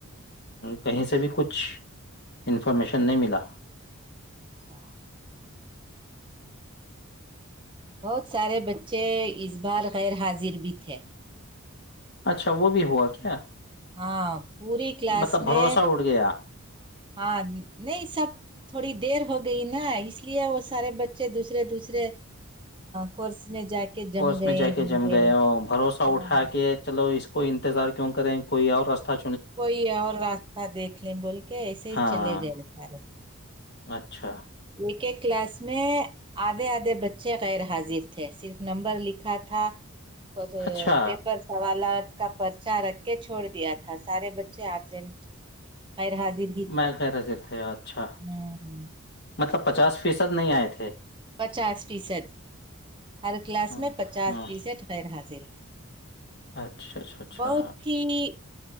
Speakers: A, on the left; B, on the right.
A: کہیں سے بھی کچھ انفارمیشن نہیں ملا
B: اچھا بہت سارے بچے اس بار غیر حاضر بھی تھے
A: اچھا وہ بھی ہوا کیا
B: ہاں پوری کلاس
A: مطلب بھروسہ
B: میں
A: اٹھ گیا
B: ہاں نہیں سب تھوڑی دیر ہو گئی نا اس لیے وہ سارے بچے دوسرے دوسرے کورس میں جا کے جم
A: کس
B: گئے
A: میں جا کے
B: ہوں
A: جم
B: گے
A: گئے ہو بھروسہ
B: ہاں
A: اٹھا کے چلو اس کوئی انتظار کیوں کریں کوئی اور رستہ
B: کوئی اور راستہ دیکھ لیں بول کے ایسے ہی
A: ہاں
B: چلے گئے سارے
A: اچھا
B: ایک ایک کلاس میں آدھے آدھے بچے غیر حاضر تھے صرف نمبر لکھا تھا کھ
A: اچھا
B: پیپر سوالات کا پرچا رکھ کے چھوڑ دیا تھا سارے بچے ایبزینٹ خیر حاضر ہی تھے
A: میں غیر حاضر تھے اچھا
B: ہ
A: مطلب پچاس فیصد نہیں آئے تھے
B: پچاس فیصد ہر کلاس
A: ہاں
B: میں پچاس
A: ہاں
B: فیصد غیر حاضر تھے
A: اچھا اچھا اچھا
B: بہت ہی